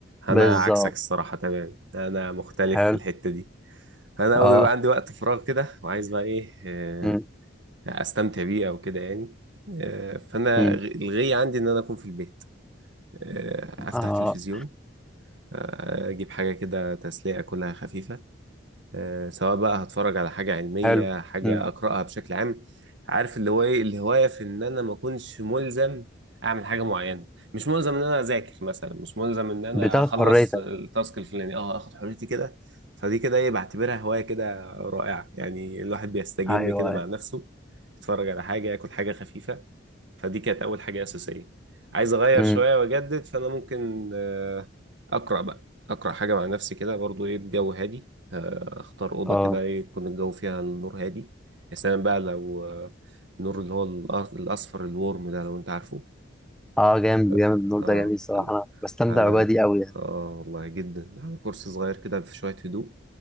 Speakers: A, on the right (about 65°); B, in the centre.
A: انا
B: بالظبط
A: عكسك الصراحه تمام انا مختلف
B: حلو
A: في الحته دي انا
B: اه
A: اول ما يبقى عندي وقت فراغ كده وعايز بقى ايه آه،
B: م.
A: استمتع بيه او كده يعني آه، فانا
B: م.
A: غ- الغي عندي ان انا اكون في البيت آه، افتح
B: اه
A: تلفزيون اجيب حاجه كده تسليه كلها خفيفه آه، سواء بقى هتفرج على حاجه علميه
B: حلو
A: حاجه
B: م.
A: اقراها بشكل عام عارف اللي هو ايه الهوايه في ان انا ما اكونش ملزم اعمل حاجه معينه مش ملزم ان انا اذاكر مثلا مش ملزم ان انا
B: بتاخد
A: اخلص
B: حريتك
A: التاسك الفلاني اه اخد حريتي كده فدي كده ايه بعتبرها هوايه كده رائعه يعني الواحد بيستجم
B: ايوه
A: كده
B: ايوه
A: مع نفسه يتفرج على حاجه ياكل حاجه خفيفه فدي كانت اول حاجه اساسيه عايز اغير
B: م.
A: شويه واجدد فانا ممكن آه، اقرا بقى اقرا حاجه مع نفسي كده برضو ايه الجو هادي آه، اختار اوضه
B: اه
A: كده ايه يكون الجو فيها النور هادي يا سلام بقى لو آه، النور اللي هو الأ- الاصفر الورم ده لو انت عارفه
B: اه جامد جامد
A: اه
B: النور ده جميل صراحه
A: على
B: انا بستمتع
A: على
B: بالأجواء دي قوي
A: اه والله جدا على كرسي صغير كده في شوية هدوء